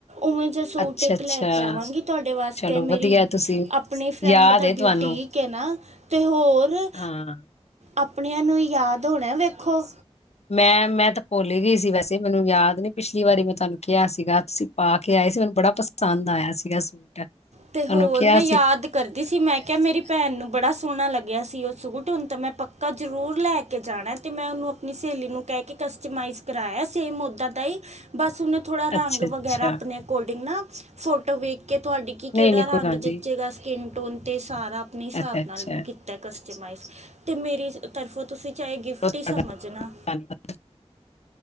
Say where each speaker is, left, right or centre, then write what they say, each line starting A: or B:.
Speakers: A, on the right; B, on the left.
A: ਉਵੇ- ਸੂਟ
B: ਅੱਛਾ
A: ਇਕ
B: ਅੱਛਾ
A: ਲੈਕੇ ਆਵਾਂਗੀ ਤੁਹਾਡੇ ਵਾਸਤੇ
B: ਚਲੋ ਵਧੀਆ
A: ਮੇਰੀ-
B: ਤੁਸੀਂ
A: ਆਪਣੀ ਫਰੈਂਡ
B: ਯਾਦ
A: ਦਾ
B: ਹੈ
A: ਬਿਊਟੀਕ
B: ਤੁਹਾਨੂੰ
A: ਹੈ। ਨਾ ਅਤੇ ਹੋਰ-
B: ਹਾਂ
A: ਆਪਣਿਆਂ ਨੂੰ ਯਾਦ ਹੋਣਾ ਵੇਖੋ।
B: ਮੈ- ਮੈ ਤਾਂ ਪੋਲ ਗਈ ਸੀ। ਵੈਸੇ ਮੈਨੂੰ ਯਾਦ ਨੀ ਪਿਛਲੀ ਵਾਰੀ ਮੈ ਤੁਹਾਨੂੰ ਕਿਹਾ ਸੀਗਾ ਤੁਸੀ ਪਾਕੇ ਆਏ ਸੀ। ਮੈਨੂੰ ਬੜਾ ਪਸੰਦ ਆਇਆ ਸੀਗਾ ਸੂਟ
A: ਤੇ
B: ਤੁਹਾਨੂੰ
A: ਹੋਰ
B: ਕਿਹਾ
A: ਮੈਂ ਯਾਦ
B: ਸੀ।
A: ਕਰਦੀ ਸੀ। ਮੈ ਕਿਹਾ ਮੇਰੀ ਭੈਣ ਨੂੰ ਬੜਾ ਸੋਹਣਾ ਲਗਿਆ ਸੀ। ਉਹ ਸੂਟ ਹੁਣ ਤਾਂ ਮੈ ਪੱਕਾ ਜਰੂਰ ਲੈਕੇ ਕੇ ਜਾਣਾ ਤੇ ਮੈ ਉਹਨੂੰ ਆਪਣੀ ਸਹੇਲੀ ਨੂੰ ਕਹਿ ਕੇ ਕਸਟਮਾਈਜ਼ ਕਰਾਆ ਸੇਮ ਉਦ ਦਾ ਹੀ ਬਸ ਉਹਨੇ ਥੋੜ੍ਹਾ ਰੰਗ
B: ਅੱਛਾ ਅੱਛਾ
A: ਵਗੈਰਾ ਆਪਣੇ ਅਕੋਡਿੰਗ ਨਾ ਫੋਟੋ ਵੇਖ ਕੇ ਤੁਹਾਡੀ ਕਿ ਕਿਹੜਾ
B: ਨਹੀਂ ਨਹੀਂ
A: ਰੰਗ
B: ਕੋਈ ਗੱਲ ਨਹੀਂ
A: ਜਚੇਗਾ ਸਕਿਨ ਟੋਨ 'ਤੇ ਸਾਰਾ ਆਪਣੇ ਹਿਸਾਬ
B: ਅੱਛਾ ਅੱਛਾ
A: ਨਾਲ ਤਾ ਕਸਟਮਾਈਜ਼ ਅਤੇ ਮੇਰੀ ਤਰਫੋ ਤੁਸੀ ਚਾਹੇ ਗਿਫਟ
B: ਬਹੁਤ ਤੁਹਾਡਾ
A: ਹੀ ਸਮਝਣਾ
B: ਧੰਨਵਾਦ